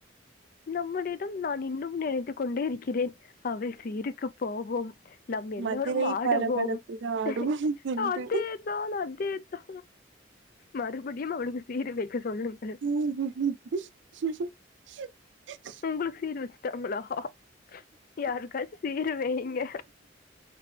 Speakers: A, on the left (about 50°); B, on the right (about 70°).
A: நம்மளிடம் நான் இன்னும் நினைத்து கொண்டே இருக்கிறேன் அவ சீருக்கு ழபோவோம் நம் எல்லோரும்
B: மதுரை
A: ஆடுவோம்
B: பளபளப்புக ஆடும்
A: ட்டு
B: என்று
A: அதேத் நானு அதேத்தா மறுபுடியும் அவளுக்கு சீரு வெக்க சொல்லும்
B: உம் உம் உம்
A: உங்குளு சீரு வச்சிட்டாங்களா பா யாருக்காச்சு சீரு வைங்க